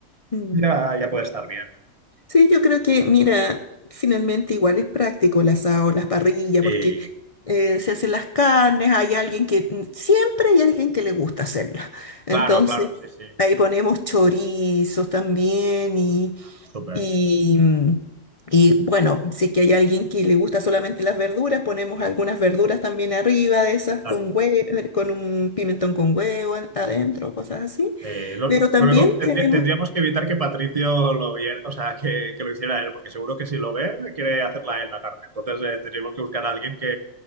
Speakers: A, on the left; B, on the right.
A: mm.
B: Ya, ya puede estar bien.
A: Sí, yo creo que, mira, finalmente igual es práctico el asado, las parrillas,
B: Sí,
A: porque eh, se hacen las carnes, hay alguien que, mm, siempre hay alguien que le gusta hacerlas. Entonces,
B: claro, claro, sí, sí.
A: ahí ponemos chorizos también y,
B: No, no, súper.
A: y, mm, y, bueno, si es que hay alguien que le gusta solamente las verduras, ponemos algunas verduras también arriba de esas
B: Claro.
A: con hue- con un pimentón con huevo en- adentro, cosas así.
B: Eh, lo,
A: Pero también
B: lo único, que tendría-
A: tenemos
B: tendríamos que evitar que Patricio lo viera, o sea, que, que lo hiciera él, porque seguro que si lo ve, quiere hacerla él la carne. Entonces, eh, tendríamos que buscar a alguien que,